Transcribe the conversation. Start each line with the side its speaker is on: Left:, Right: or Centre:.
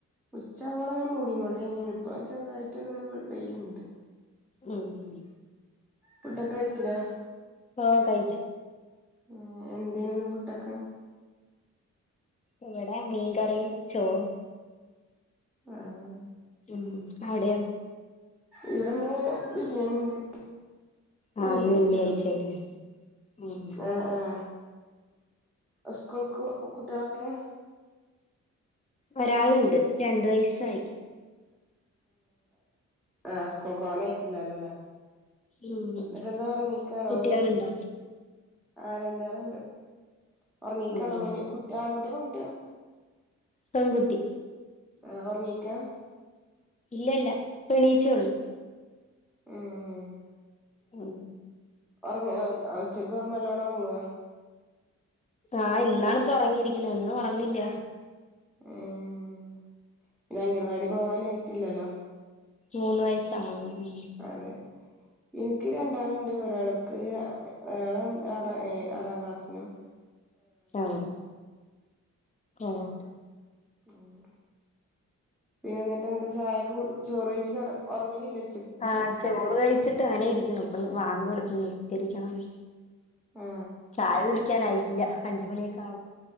Centre: ഉച്ചാ ആവോളം മൂടിങ്ങോണ്ടനിഇപ്പ ചെറുതായിട്ട് ഒന്ന ഇങ്ങനെ വെയില്ണ്ട്
Left: ഉം ഉം
Centre: ഫുഡോക്കെ കഴിച്ചില്ലേ
Left: ആഹ് കഴിച്ച്
Centre: ഏഹ് എന്തേനി ഇന്ന് ഫുഡൊക്കെ?
Left: ഇവടെ മീൻകറിയും ചോറും
Centre: ആഹ്
Left: ഉം ആട്യൊ
Centre: ഇവിടെ ഇന്ന് ബിരിയാണിണ്ട്
Left: ആഹ്
Centre: വെള്ളിയാഴ്ച
Left: ഇന്ന് വെള്ളിയാഴ്ചയല്ലേ
Centre: ആയതോണ്ട്
Left: ഉം ഉം
Centre: ആഹ് ആഹ് സ്കൂൾക്കു കുട്ട്യാളൊക്കെ
Left: ഒരാളുണ്ട് രണ്ട് വയസ്സായി
Centre: ആഹ് സ്കൂൾക്ക് പോകാനായിട്ടില്ലെല്ലോ അല്ലേ
Left: ഉം
Centre: ഇന്നട്ടെന്താ ഉറങ്ങിക്കാണോ
Left: കുട്ടികളുണ്ടോ
Centre: ഓല് ആഹ് രണ്ടാള്ണ്ട് ഒറങ്ങിക്കാണ്
Left: ഉം ഉം
Centre: മോന് കുട്ടി ആകുട്ടിയോ പെകുട്ടിയോ
Left: പെൺകുട്ടി
Centre: ആഹ് ഓറ്ങ്ങിക്കാ
Left: ഇല്ലല്ല ഇപ്പൊ എണീച്ചേ ഒള്ളൂ
Centre: ഉം ഉം ഉം
Left: ഉം
Centre: ഒർങ്ങു ഓ ഉച്ചക്ക് ഓന് നല്ലോണം ഒറങ്ങോ
Left: ആഹ് ഇന്നാണിപ്പോ ഒറങ്ങിയിരിക്കണേ എന്നും ഉറങ്ങില്ല
Centre: ഉം പിന്നെ അംഗൽവാടി പോവാന് ആയിട്ടില്ലല്ലോ
Left: മൂന്ന് വയസ്സാവണം ഉം.
Centre: അതെ ഇൻക്ക് രണ്ടാള്ണ്ട് ഒരാൾക്ക് ഒരാൾ ആറ് ഏ ആറാം ക്ലാസ്സിനും
Left: ആഹ് ആഹ്
Centre: ഉം പിന്നെ എന്നിട്ട് എന്താ ചായൊക്കെ കുടി ചോറെഴ്ച്ച് കട ഒറങ്ങലില്ലോ
Left: ആഹ് ചോറ് വെയിൽച്ചിട്ടങ്ങനെ ഇരിക്ക്ണു ഇപ്പൊ ബാങ്ക് കൊടുത്ത് നിസ്കരിക്കണം ഇനി
Centre: ആ
Left: ചായ കുടിക്കാനായിട്ടില്ല അഞ്ചുമണിയൊക്കെ ആവും